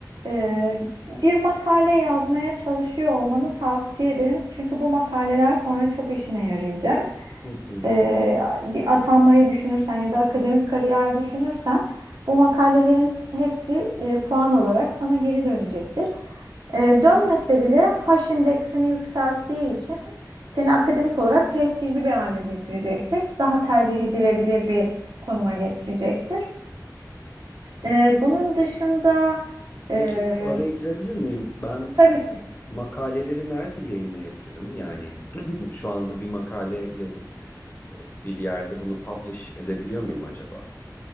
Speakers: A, on the right; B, on the left.
A: e, bir makale yazmaya çalışıyor olmanı tavsiye ederim. Çünkü bu makaleler sonra çok işine yarayacak.
B: Hı hı.
A: Ee, bir atanmayı düşünürsen ya da akademik kariyer düşünürsen bu makalelerin hepsi e, puan olarak sana geri dönecektir. E, dönmese bile H indeksini yükselttiği için seni akademik olarak prestijli bir hale getirecektir. Daha tercih edilebilir bir konuma getirecektir. Ee, bunun dışında e,
B: Peki oraya girebilir miyim? Ben
A: tabii ki
B: makaleleri nerede yayınlayabilirim? Yani <clears throat> şu anda bir makale yazıp e, bir yerde bunu publish edebiliyor muyum acaba?